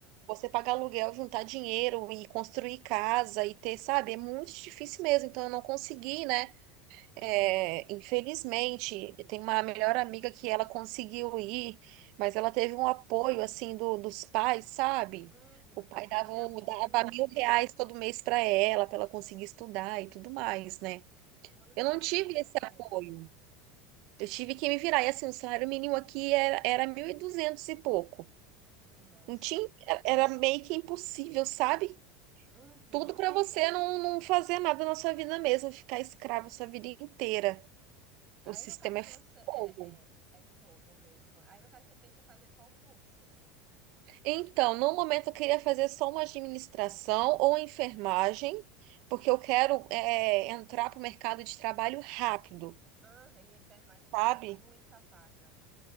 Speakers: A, on the right (about 45°); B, on the right (about 20°).
A: você pagar aluguel, juntar dinheiro e construir casa e ter, sabe? É muito difícil mesmo. Então eu não consegui, né? É, infelizmente, tem uma melhor amiga que ela conseguiu ir, mas ela teve um apoio assim do, dos pais, sabe?
B: Uhum.
A: O pai
B: Ai,
A: dava,
B: quando tem
A: o-
B: apoio,
A: dava mil reais todo mês para ela, para ela conseguir estudar e tudo mais, né?
B: quando
A: Eu
B: tem
A: não
B: apoio,
A: tive
B: é perfeito.
A: esse apoio. Eu tive que me virar. E assim, o salário mínimo aqui era, era 1.200 e duzentos e pouco.
B: Nossa.
A: Não tinha, era era meio que impossível, sabe?
B: Uhum.
A: Tudo para você não, não fazer nada na sua vida mesmo, ficar escravo sua vida inteira.
B: Aí,
A: O sistema
B: no caso,
A: é
B: você.
A: fogo.
B: É, é, é fogo mesmo. Aí, no caso, você pensa em fazer qual curso?
A: Então, no momento eu queria fazer só uma administração ou enfermagem, porque eu quero é, entrar para o mercado de trabalho rápido,
B: Ah, e enfermagem tem
A: sabe?
B: muita vaga.